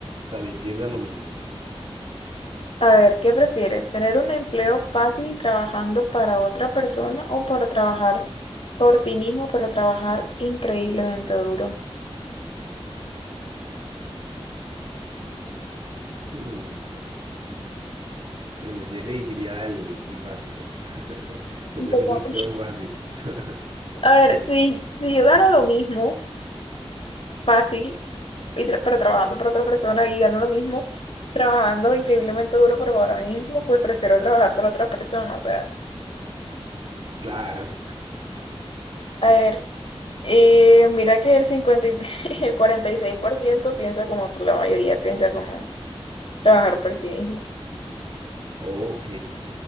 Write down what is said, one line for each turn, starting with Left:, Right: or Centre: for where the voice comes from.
Right: también piensa lo mismo.
Left: A ver, ¿qué prefieres? ¿Tener un empleo fácil trabajando para otra persona o para trabajar por ti mismo, pero trabajar increíblemente duro?
Right: Hmm, entonces yo elegiría el, el fácil, eh, <laughs> tener
Left: Un poco.
Right: un empleo fácil. <laughs>
Left: A ver, sí, si yo gano lo mismo, fácil. y tra- pero trabajando para otra persona y gano lo mismo, trabajando increíblemente duro, pero ahora mismo pues prefiero trabajar para otra persona. O sea,
Right: Claro,
Left: a ver, eh, mira que el 50 y- tres <laughs> el 46% piensa como tú, la mayoría piensa como trabajar por sí mismo.
Right: ok,